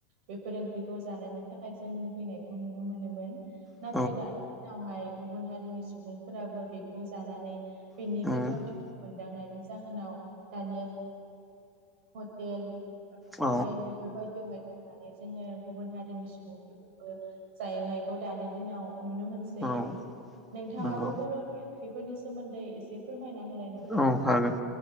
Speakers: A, on the right (about 60°); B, in the centre.
A: बेफोर ओंख्रिखौ जानायनि थाखाय जों मुगैनायखौ नुनो मोनोमोन नाथाय
B: औ
A: दानि दिनावहाय गुबुन हारिनि सुबुंफोराबो बेखौ जानानै बेनि
B: औ
A: गोथावथिखौ मोनदांनायनि जाहोनाव दानिया हटेल रेस्टुरेन्ट
B: औ
A: बेफोरबायदियावहाय थानानै जोङो गुबुन हारिनि सुबुं जाहैनायखौ दानि दिनाव नुनो मोनसै
B: औ औ
A: नोंथाङाबो
B: नंगौ
A: बर' ओंख्रिफोरनि सोमोन्दै एसे फोरमायना होलाय नोंथां
B: औ हागोन